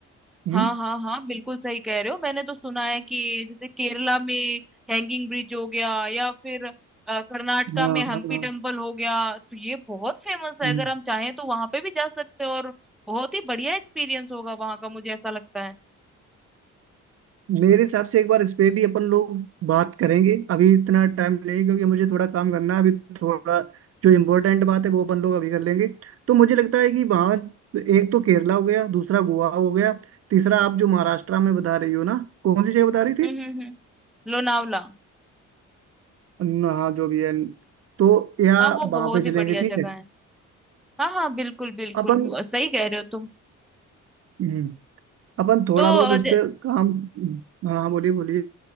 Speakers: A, on the right; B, in the centre.
A: हम्म
B: हाँ हाँ हाँ बिल्कुल सही कह रहे हो मैंने तो सुना है कि जैसे केरला में हैंगिंग ब्रिज हो गया या फिर अ, कर्नाटका
A: हाँ
B: में हम्पी
A: हाँ हाँ,
B: टेम्पल हो गया तो ये बहुत फेमस है
A: हम्म।
B: अगर हम चाहें तो वहां पे भी जा सकते हैं और बहुत ही बढ़िया एक्सपीरियंस होगा वहां का मुझे ऐसा लगता है
A: मेरे हिसाब से एक बार इस पे भी अपन लोग बात करेंगे अभी इतना टाइम नहीं क्योंकि मुझे थोड़ा काम करना है अभी थोड़ा जो इम्पोर्टेंट बात है वो अपन लोग अभी कर लेंगे तो मुझे लगता है कि वहाँ एक तो केरला हो गया दूसरा गोवा हो गया तीसरा आप जो महाराष्ट्र में बता रही हो ना कौन सी जगह बता रही थी?
B: हम्म हम्म, हम्म। लोनावला
A: न- हाँ जो भी है तो या
B: हाँ वो
A: वहां
B: बहुत
A: पे
B: ही
A: चलेंगे
B: बढ़िया जगह
A: ठीक है
B: है हाँ हाँ बिल्कुल बिल्कुल
A: अपन
B: म- सही कह रहे हो तुम
A: हम्म, अपन थोड़ा
B: तो
A: बहुत
B: अ,
A: उस
B: ज,
A: पे काम हाँ हाँ बोलिए बोलिए